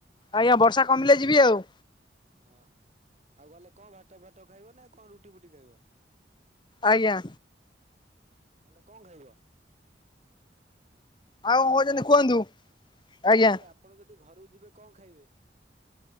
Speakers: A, on the left; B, on the right.
A: ଆଜ୍ଞା ବର୍ଷା କମିଲେ ଯିବି ଆଉ
B: ହଁ ହଁ ଆଉ ଗଲେ କଣ ଭାତ ଫାତ ଖାଇବ ନା କଣ ରୁଟି ଫୁଟି ଖାଇବ?
A: ଆଜ୍ଞା
B: ଗଲେ କଣ ଖାଇବ?
A: ଆଉ କଣ
B: ହ୍ୟାଲୋ
A: କହୁଛନ୍ତି କୁହନ୍ତୁ ଆଜ୍ଞା।
B: କହିଲି ଆପଣ ଯଦି ଘରକୁ ଯିବେ କଣ ଖାଇବେ?